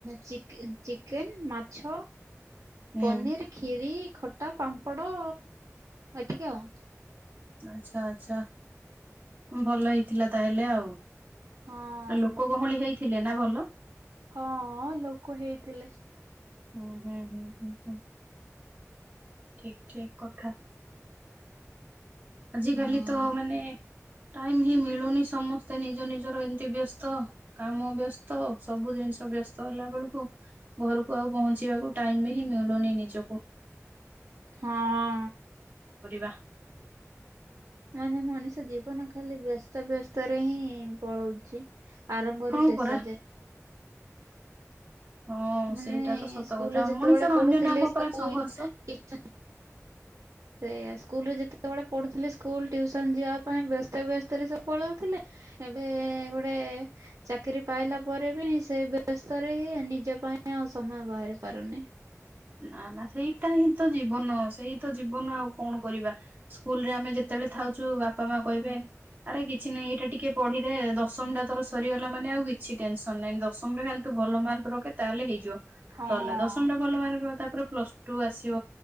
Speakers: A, on the right (about 80°); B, on the right (about 30°).
A: ଚିକ ଚିକେନ ମାଛ
B: ହୁଁ
A: ପନିର ଖିରି ଖଟା ପାମ୍ପଡ଼ ଏତିକି ଆଉ।
B: ଆଛା ଆଛା ଭଲ ହେଇଥିଲା ତାହେଲେ ଆଉ।
A: ହଁ।
B: ଲୋକ ଗହୁଳି ହେଇଥିଲେ ନା ଭଲ?
A: ହଁ ଲୋକ ହେଇଥିଲେ।
B: ହୁଁ ହୁଁ ହୁଁ ହୁଁ ହୁଁ ଠିକ ଠିକ କଥା। ଆଜ
A: ହଁ
B: କାଲି ତ ମାନେ ଟାଇମ ହିଁ ମିଳୁନି ସମସ୍ତେ ନିଜ ନିଜର ଏମତି ବ୍ୟସ୍ତ। କାମ ବ୍ୟସ୍ତ ସବୁ ଜିନିଷ ବ୍ୟସ୍ତ ହେଲା ବେଳକୁ ଘରକୁ ଆଉ ପହଞ୍ଚିବାକୁ ଟାଇମ ହିଁ ମିଳୁନି ନିଜକୁ।
A: ହଁ।
B: କରିବା।
A: ମାନେ ମଣିଷ ଜୀବନ ଖାଲି ବ୍ୟସ୍ତବ ବ୍ୟସ୍ତ ରେ ହିଁ ପଳଉଚି। ଆରମ୍ଭରୁ
B: ହଁ
A: ଶେଷ
B: ପରା
A: ଯାଏ।
B: ହଁ
A: ମାନେ
B: ସେଇଟା ତ ସତ
A: ସ୍କୁଲରେ
B: କଥା
A: ଯେତେବେଳେ
B: ମଣିଷର
A: ପଢୁଥିଲେ
B: ଅନ୍ୟ ନାମ ପରା ସଂଘର୍ଷ
A: <unintelligible> ସେଆ ସ୍କୁଲରେ ଯେତେବେଳେ ପଢ଼ୁଥିଲେ ସ୍କୁଲ ଟଟିୁସନ ଯିବା ପାଇଁ ବ୍ୟସ୍ତ ବ୍ୟସ୍ତରେ ସବୁ ପଳାଉଥିଲେ ଏବେ ଗୋଟେ ଚାକିରି ପାଇଲା ପରେ ବି ସେ ବ୍ୟସ୍ତରେ ହି ନିଜ ପାଇଁ ଆ ଆଉ ସମୟ ବାହାରି ପାରୁନି।
B: ନା ନା ସେଇଟା ହିଁ ତ ଜୀବନ ସେଇ ତ ଜୀବନ ଆଉ କଣ କରିବା। ସ୍କୁଲ ରେ ଆମେ ଯେତେବେଳେ ଖାଉଛୁ ବାପା ମା କହିବେ ଆରେ କିଛି ନାହିଁ ଏଇଟା ଟିକେ ପଢିଦେ ଦଶମ ଟା ତର ସରିଗଲା ମାନେ ଆଉ କିଛି ଟେନସ ନଁ ଦଶମ ରେ ଖାଲି ତୁ ଭଲ ମାର୍କ ରଖେ ତାହେଲେ ହେଇଯିବ।
A: ହଁ।
B: ସରିଲା ଦଶମ ଟା ଭଲ ମାର୍କବ ତାପରେ ପ୍ଲସ ଟୁ ଆସିବ।